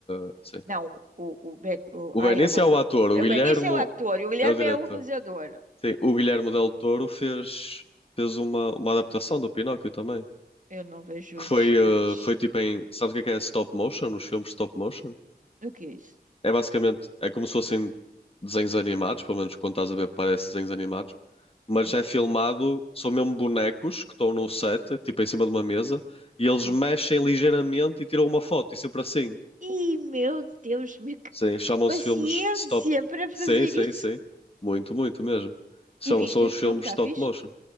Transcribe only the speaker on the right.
Não, o, o, Ben- o-
ai,
agora.
O Benício é o ator e o Guilherme
é o realizador.
Eu não vejo
esses
filmes.
O que é isso?
Sim.
Sim.
Ih, meu Deus, me... que
paciência
para fazer
isso.
E viste
esse
filme, está
fixe?